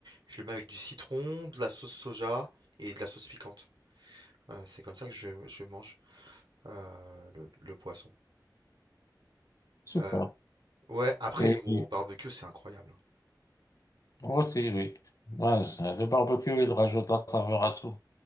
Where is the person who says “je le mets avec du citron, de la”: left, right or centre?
Right